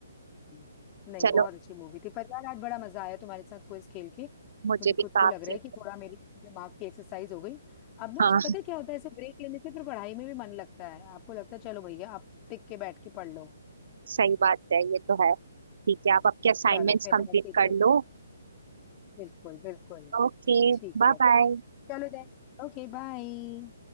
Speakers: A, on the left (about 25°); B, on the right (about 65°).
A: हम्म। नहीं
B: चलो
A: बहुत अच्छी मूवी थी पर यार आज बड़ा मजा आया तुम्हारे साथ क्विज खेल के
B: मुझे
A: मुझे खुद
B: भी काफी
A: को लग रहा है कि थोड़ा मेरी दिमाग की एक्सरसाइज हो गई अब ना
B: हाँ
A: पता है क्या होता है ऐसे ब्रेक लेने से फिर पढ़ाई में भी मन लगता है आपको लगता है चलो भैया आप टिक के बैठ के पढ़ लो
B: सही बात है ये तो है ठीक है आप आपके असाइनमेंट्स
A: चलो फिर
B: कंप्लीट
A: ऐसे ही
B: कर
A: फिर-
B: लो
A: बिल्कुल बिल्कुल
B: Okay
A: ठीक
B: bye
A: है
B: bye
A: चलो देन ओके बाय